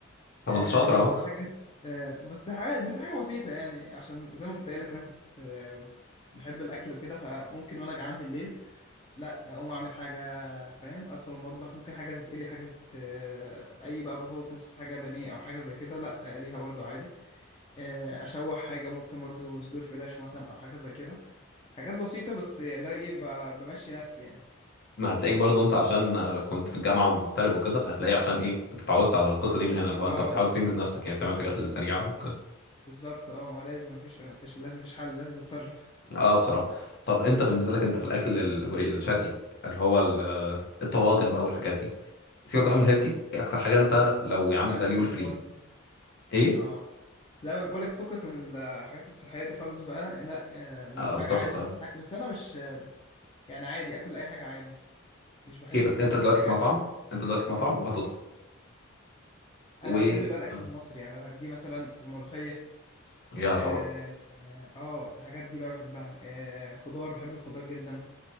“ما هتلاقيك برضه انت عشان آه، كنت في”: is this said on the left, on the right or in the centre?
Left